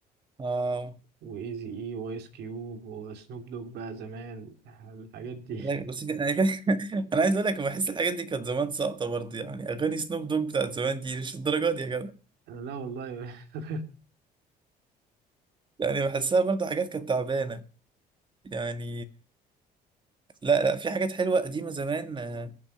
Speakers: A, on the right; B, on the right.
A: آه
B: وايزي اي وايس كيوب وسنوب دوج بقى زمان الحاجات دي
A: لا بس كده- أنا <laughs> أنا عايز أقول لك بحس الحاجات دي كانت زمان ساقطة برضه يعني أغاني سنوب دوج بتاعت زمان دي مش الدرجات دي يا جدع
B: <laughs> لا والله <laughs>
A: يعني بحسها برضه حاجات كانت تعبانة يعني لا لا في حاجات حلوة قديمة زمان آه،